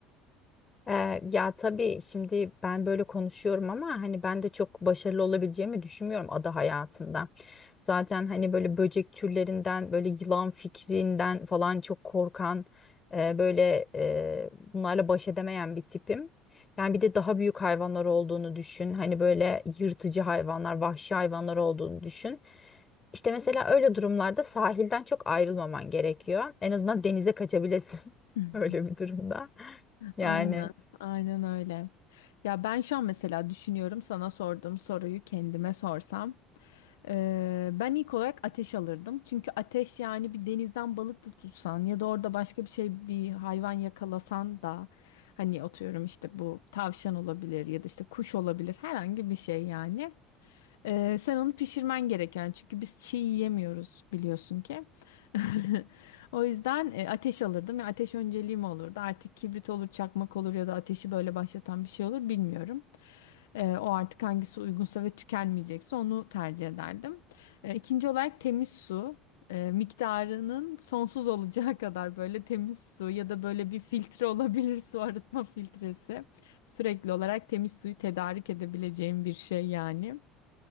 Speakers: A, on the left; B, on the left.
A: Ee, ya tabii şimdi ben böyle konuşuyorum ama hani ben de çok başarılı olabileceğimi düşünmüyorum ada hayatında. Zaten hani böyle böcek türlerinden böyle yılan fikrinden falan çok korkan e, böyle e, bunlarla baş edemeyen bir tipim. Yani bir de daha büyük hayvanlar olduğunu düşün. Hani böyle yırtıcı hayvanlar, vahşi hayvanlar olduğunu düşün. İşte mesela öyle durumlarda sahilden çok ayrılmaman gerekiyor. En azından denize kaçabilesin <laughs>
B: <laughs>
A: öyle bir durumda. Yani.
B: Aynen, aynen öyle. Ya ben şu an mesela düşünüyorum sana sorduğum soruyu kendime sorsam. Ee, ben ilk olarak ateş alırdım. Çünkü ateş yani bir denizden balık da tutsan ya da orada başka bir şey bir hayvan yakalasan da hani atıyorum işte bu tavşan olabilir ya da işte kuş olabilir herhangi bir şey yani. Ee, sen onu pişirmen gereken çünkü biz çiğ yiyemiyoruz biliyorsun ki. <laughs> O yüzden e, ateş alırdım ve ateş önceliğim olurdu. Artık kibrit olur, çakmak olur ya da ateşi böyle başlatan bir şey olur bilmiyorum. Ee, o artık hangisi uygunsa ve tükenmeyecekse onu tercih ederdim. Ee, ikinci olarak temiz su. Ee, miktarının sonsuz olacağı <laughs> kadar böyle temiz su ya da böyle bir filtre olabilir su arıtma filtresi. Sürekli olarak temiz suyu tedarik edebileceğim bir şey yani.